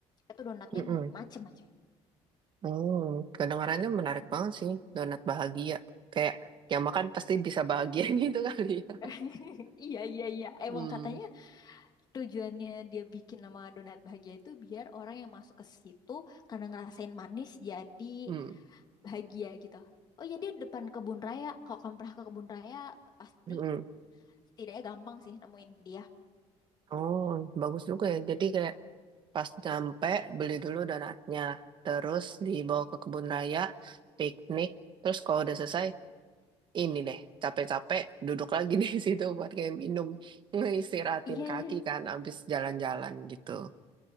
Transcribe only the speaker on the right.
mm-mm,
mm. Kedengarannya menarik banget sih, donat bahagia. Kayak yang makan pasti bisa bahagia <laughs> gitu kali ya.
Hmm,
hmm,
mm
Oh, bagus juga ya. Jadi kayak pas nyampe beli dulu donatnya, terus dibawa ke kebun raya, piknik, terus kalau udah selesai ini deh, capek-capek duduk lagi <laughs> di situ buat kayak minum, ngeistirahatin
kaki
kan, abis jalan-jalan gitu.